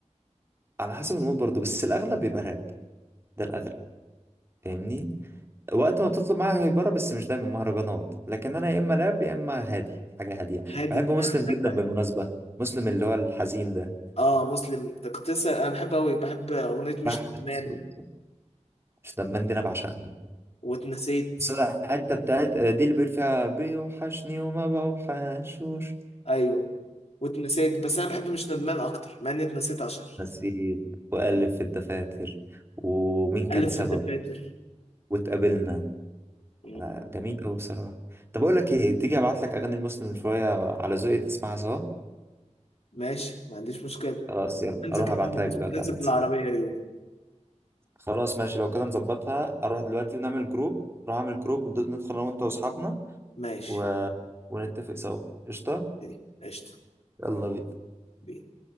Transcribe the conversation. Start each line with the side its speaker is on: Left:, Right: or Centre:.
Right: على حسب المود برضه بس الاغلب بيبقى راب ده الاغلب فاهمني وقت ما تطلب معايا هيبره بس مش دايما مهرجانات لكن انا يا اما راب يا اما هادي حاجه هاديه
Left: هادي
Right: بحب
Left: بقى
Right: مسلم جدا
Left: هادي
Right: بالمناسبه مسلم اللي هو الحزين ده
Left: اه مسلم ده كنت لسه انا بحب قوي بحب اغنية مش
Right: بحر
Left: ندمان
Right: صوته مش دمان دي انا بعشقها
Left: واتنسيت
Right: بس أنا الحته بتاعت آه، دي اللي بيقول فيها بيوحشني وما بوحشوش
Left: ايوه واتنسيت بس انا بحب مش ندمان اكتر مع اني اتنسيت اشهر
Right: نسيب وألف في الدفاتر ومين كان
Left: قلب
Right: سبب
Left: في الدفاتر
Right: واتقابلنا
Left: مم.
Right: لا جميل أوي بصراحة طب أقول لك إيه تيجي أبعت لك أغاني المسلم شوية على ذوقي تسمعها سوا
Left: ماشي ما عنديش مشكله
Right: خلاص يلا
Left: ننزل
Right: أروح أبعتها لك دلوقتي
Left: ننزل
Right: على الواتساب
Left: بالعربيه يوم
Right: خلاص ماشي لو كده نظبطها أروح دلوقتي ونعمل جروب أروح أعمل جروب ندخل أنا وأنت وأصحابنا
Left: ماشي
Right: و... ونتفق سوا قشطة
Left: اوكي. قشطه
Right: يلا بينا
Left: بينا